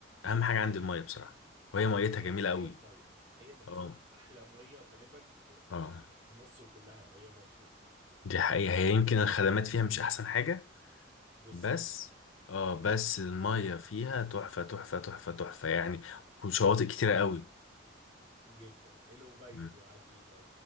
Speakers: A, on the left (about 85°); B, on the right (about 25°).
A: اهم حاجة عندي المية بصراحة وهي ميتها
B: هي
A: جميلة
B: مطروح
A: قوي
B: ميه هي مطروح
A: اه
B: احلى ميه غالبا في
A: اه
B: في مصر كلها هي مطروح يعني
A: دي حقيقة هي يمكن الخدمات فيها مش احسن حاجة
B: بالظبط
A: بس اه بس المية فيها تحفة تحفة تحفة تحفة يعني وشواطئ كتيرة قوي
B: جدا الأبيض
A: مم.
B: وعجيبة